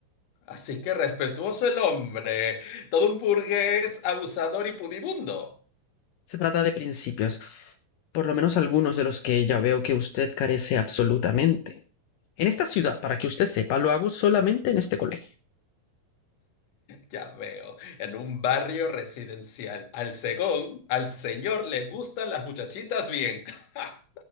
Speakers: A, on the left (about 55°); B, on the left (about 75°).
A: Así que respetuoso el hombre, todo un burgués abusador y pudibundo.
B: Se trata de principios, por lo menos algunos de los que ya veo que usted carece absolutamente. En esta ciudad, para que usted sepa, lo hago solamente en este colegio.
A: Ya veo, en un barrio residencial. Al segón, al señor le gustan las muchachitas bien. Ah,